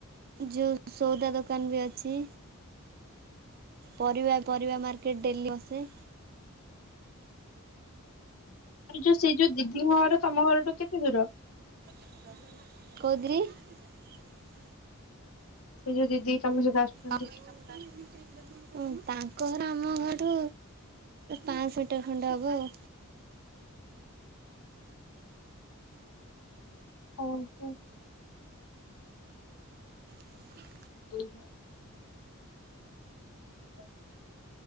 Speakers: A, on the right; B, on the left.
A: ଯୁ ସଉଦା ଦୋକାନ ବି ଅଛି ପରିବା ପରିବା ମାର୍କେଟ ଡେଲି ବସେ।
B: ଆରେ ଯୋ ସେଇ ଯୋ ମୋ ଘର ତମ ଘରଠୁ କେତେ ଦୂର?
A: <unintelligible>
B: ସେଇ ଯୋଉ ଦିଦି ତମ ସହିତ ଆସୁଛନ୍ତି?
A: ଆ <inaudible> ତାଙ୍କ୍ କହର ଆମ ଘରୁ ପାଁଶହଟେ ଖଣ୍ଡ ହବ ଆଉ।
B: ଅ ହଁ
A: <inaudible>
B: <unintelligible> <unintelligible>